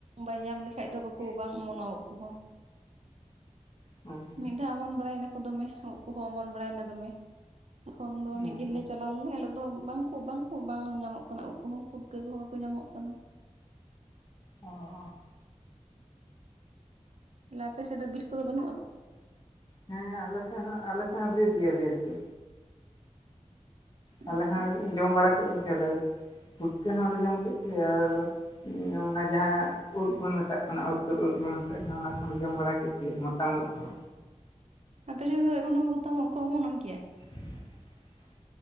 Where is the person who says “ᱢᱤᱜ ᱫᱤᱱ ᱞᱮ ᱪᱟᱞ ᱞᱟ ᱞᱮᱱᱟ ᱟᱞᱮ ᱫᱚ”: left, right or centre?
Right